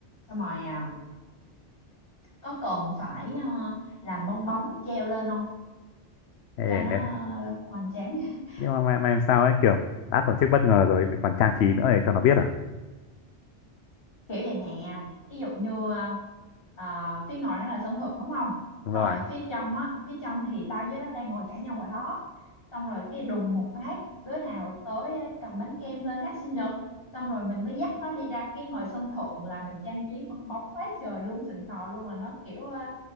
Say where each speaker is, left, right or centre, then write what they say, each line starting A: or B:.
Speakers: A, on the left (about 50°); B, on the left (about 65°).
A: Xong rồi à, có cần phải ờ, làm bong bóng treo lên không
B: Ê,
A: cho nó
B: nếu,
A: ờ, hoành tráng <laughs>
B: nhưng mà mày, mày làm sao ấy kiểu đã tổ chức bất ngờ rồi còn trang trí nữa để cho nó biết à
A: kiểu vậy nè ví dụ như ờ, ờ, phía ngoài nó là sân thượng đúng không
B: đúng
A: xong
B: rồi
A: rồi phía trong á phía trong thì tao với nó đang ngồi cãi nhau ở đó xong rồi cái đùng một phát đứa nào tới ờ, cầm bánh kem lên hát sinh nhật xong rồi mình mới dắt nó đi ra cái ngoài sân thượng là mình trang trí bong bóng quá trời luôn xịn sò luôn là nó kiểu ờ,